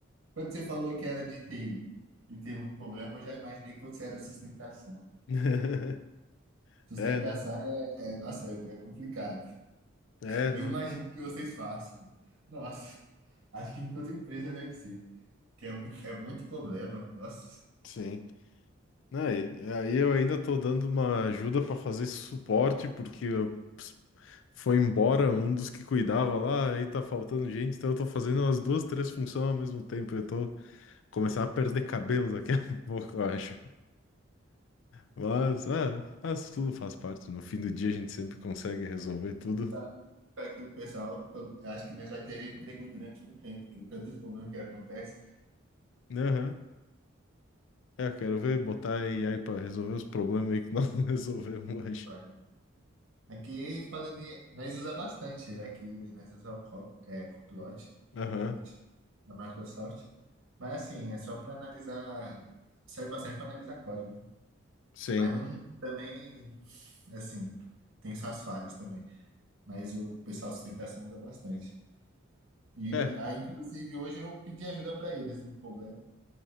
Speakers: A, on the right; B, on the left.
A: Quando você falou que era de TI e teve muito problema, eu já imaginei que você era sustentação.
B: <laughs>
A: Sustentação
B: É, não.
A: é, é- nossa, é, é complicado.
B: É,
A: Eu
B: não.
A: imagino que vocês façam. Nossa, acho que em toda empresa deve ser, que é muito, é muito problema. Nossa.
B: Sim. Não, Aí eu ainda tô dando uma ajuda para fazer esse suporte, porque eu- foi embora um dos que cuidava lá, aí tá faltando gente, então eu tô fazendo umas duas, três funções ao mesmo tempo. Eu tô começando a perder cabelo daqui a <laughs> pouco, eu acho. Mas, ah, mas tudo faz parte. No fim do dia a gente sempre consegue resolver tudo.
A: Tá tá aqui o pessoal, pelo- acho que nós vai ter emprego durante muito tempo, porque tanto de problema que acontece.
B: Aham. É, quero ver botar a AI para resolver os problemas aí que nós <laughs> não resolvemos hoje.
A: vai. Aqui, falando em, nós usa bastante, aqui nós usamos o Cop, é, Copilot,
B: Aham.
A: Copilot da Microsoft, mas assim, é só para analisar, serve bastante para analisar código, né?
B: Sim.
A: Mas não também, assim, tem suas falhas também, mas o pessoal de sustentação usa bastante. E
B: É.
A: aí, inclusive, hoje eu pedi ajuda para eles num problema.